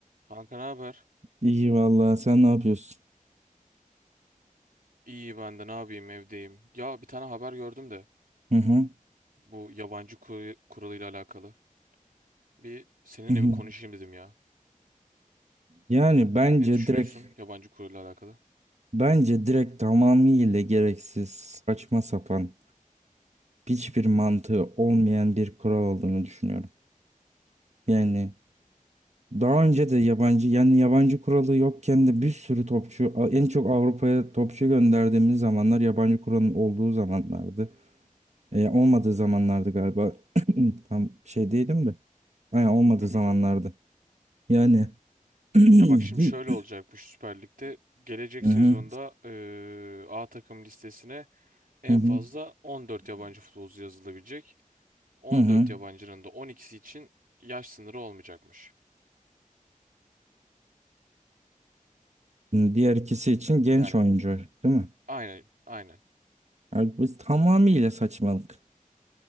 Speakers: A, on the right (about 80°); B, on the right (about 55°).
A: Kanka ne haber?
B: İyi vallahi sen ne yapıyorsun?
A: İyi ben de ne yapayım evdeyim. Ya bir tane haber gördüm de
B: Hı hı.
A: bu yabancı kuru, kuralıyla alakalı. Bir seninle
B: Hı hı.
A: bir konuşayım dedim ya.
B: Yani bence
A: Ne düşünüyorsun
B: direkt
A: yabancı kuralıyla alakalı?
B: bence direkt tamamıyla gereksiz, saçma sapan, hiçbir mantığı olmayan bir kural olduğunu düşünüyorum. Yani daha önce de yabancı yani yabancı kuralı yokken de bir sürü topçu en çok Avrupa'ya topçu gönderdiğimiz zamanlar yabancı kuralın olduğu zamanlardı. E, olmadığı zamanlardı galiba. <clears throat> Tam şey değilim de. Aynen olmadığı
A: Hı
B: zamanlardı.
A: hı.
B: Yani <clears throat> hi-
A: Ya bak şimdi şöyle olacakmış Süper Lig'de. Gelecek
B: Hı
A: sezonda
B: hı.
A: eee, A takım listesine en
B: Hı hı.
A: fazla 14 yabancı futbolcu yazılabilecek. 14
B: Hı hı.
A: yabancının da 12'si için yaş sınırı olmayacakmış.
B: Diğer ikisi için genç
A: Yani
B: oyuncu, değil mi?
A: aynen aynen.
B: Abi bu tamamıyla saçmalık.